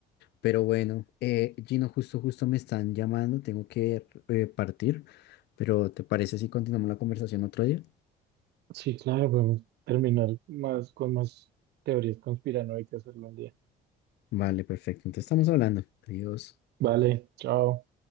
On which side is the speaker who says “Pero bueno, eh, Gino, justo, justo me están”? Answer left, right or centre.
Left